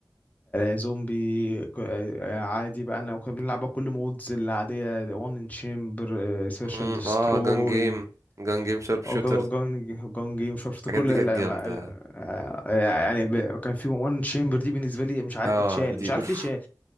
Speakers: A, on the left (about 20°); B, on the right (about 40°).
A: زومبي ك- آه، عادي بقى انا وكنا بنلعب بقى كل مودز العاديه وان ان تشامبر سيرش
B: مم.
A: اند دستروي
B: اه جان جيم جان جيم شارب شوترز
A: جون جون جيم مش عارف كل
B: الحاجات دي
A: ال-
B: كانت
A: ال-
B: جامدة
A: ال- آه، يعني ب- كان في وان تشامبر دي بالنسبه لي مش عارف
B: اه
A: اتشال
B: دي
A: مش عارف
B: اوف
A: ليه اتشال